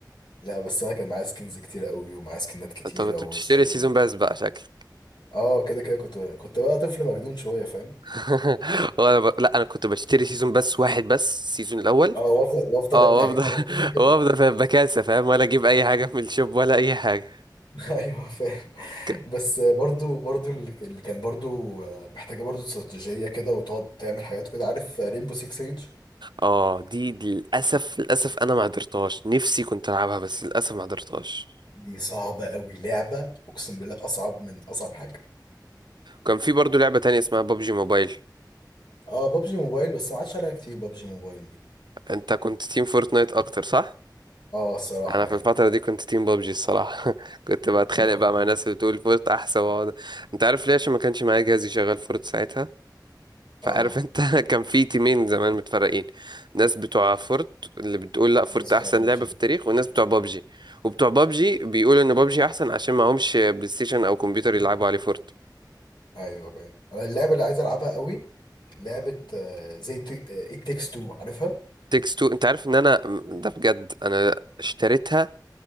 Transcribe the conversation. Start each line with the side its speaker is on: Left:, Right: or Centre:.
Left: لا بس انا كان معايا سكنز كتير قوي ومعايا سكنات كتيره
Right: انت كنت
Left: وازاي
Right: بتشتري سيزون باس بقى شكل
Left: اه كده كده كنت كنت بقى طفل مجنون شويه فاهم
Right: <laughs> وانا ب... لا انا كنت بشتري سيزون بس واحد بس السيزون الاول
Left: اه وافضل وافضل
Right: اه
Left: ابني
Right: وافضل
Left: عليه ما انا بكون
Right: <laughs>
Left: كده
Right: وافضل فاهم بكاسه فاهم ولا اجيب اي حاجه من الشوب ولا اي حاجه
Left: <laughs> ايوه فاهم
Right: ك-
Left: بس برضو برضو اللي اللي كان برضو محتاجه برضو استراتيجيه كده وتقعد تعمل حاجات كده عارف ريمبو 6 سيج
Right: اه دي دي للاسف للاسف انا ما قدرتهاش نفسي كنت العبها بس للاسف ما قدرتهاش
Left: دي صعبه قوي لعبه اقسم بالله اصعب من اصعب حاجه
Right: كان في برضو لعبه تانية اسمها ببجي موبايل
Left: اه بابجي موبايل بس ما عادش عليها كتير بابجي موبايل دي
Right: انت كنت تيم فورتنايت اكتر صح
Left: اه الصراحه
Right: انا في
Left: يعني
Right: الفتره دي كنت تيم ببجي الصراحه <laughs> كنت بتخانق
Left: انا كنت
Right: بقى مع الناس اللي بتقول فورت احسن واقعد انت عارف ليه عشان ما كانش معايا جهاز يشغل فورت ساعتها فعارف
Left: اه
Right: انت <laughs> كان في تيمين زمان متفرقين ناس بتوع فورت اللي بتقول لا
Left: الناس
Right: فورت
Left: بتاع
Right: احسن
Left: بابجي
Right: لعبة في التاريخ والناس بتوع بابجي وبتوع بابجي بيقولوا ان بابجي احسن عشان معهمش بلاي ستيشن او كمبيوتر يلعبوا عليه فورت
Left: ايوه فاهم انا اللعبه اللي عايز العبها قوي لعبه آه، زي ات تيكس تو عارفها
Right: تيكس تو انت عارف ان انا ده بجد انا اشتريتها